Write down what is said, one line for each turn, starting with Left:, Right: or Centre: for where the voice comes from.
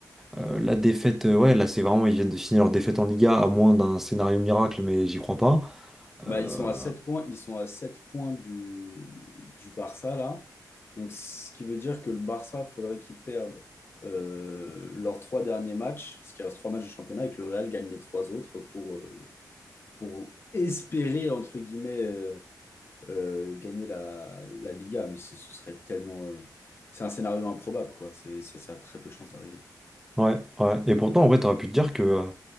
Centre: euh, la défaite, euh, ouais, là, c'est vraiment, ils viennent de finir leur défaite en Liga, à moins d'un scénario miracle, mais j'y crois pas.
Left: Bah,
Centre: Euh,
Left: ils sont à 7 points, ils sont à 7 points du, du Barça là. Donc, ce qui veut dire que le Barça, faudrait qu'ils perdent euh, leurs trois derniers matchs, parce qu'il reste trois matchs de championnat, et que le Real gagne les trois autres pour, euh, pour espérer, entre guillemets, euh, euh, gagner la, la Liga, mais c'est- ce serait tellement. euh, c'est un scénario improbable, quoi. C'est, ça, ça a très peu de chances d'arriver.
Centre: Ouais, ouais. Et pourtant, en vrai, t'aurais pu te dire que euh,